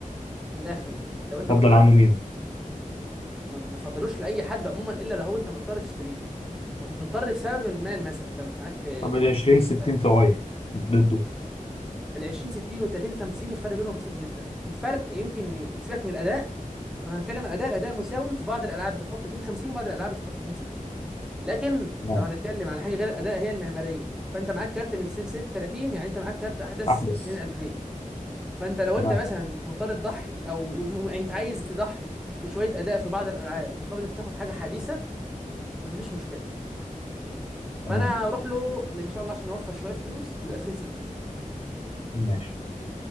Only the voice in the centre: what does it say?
من الاخر يعني لو انت
مضطر
ما ما فضلوش لاي حد عموما الا لو هو انت مضطر تشتريه مت- مضطر بسبب المال مثلا انت مش معاك اه،
فلوس
كفايه
ال 20 60 وال 30 50 الفرق بينهم بسيط جدا الفرق يمكن ي- بسيبك من الاداء لو هنتكلم عن الاداء الاداء مساوي في بعض الالعاب اتفاق 30 50 وبعض الالعاب اتفاق 30 60 لكن
لو هنتكلم على حاجه غير الاداء هي المعماريه فانت معاك كارت من سلسله 30 يعني انت معاك كارت احدث
من 2000 فانت لو
انت مثلا مضطر تضحي او م- يعني انت عايز تضحي بشويه اداء في بعض الالعاب مقابل انت تاخد حاجه حديثه فمفيش مشكله
فانا هروح له ان شاء الله عشان اوفر شويه فلوس ب 2060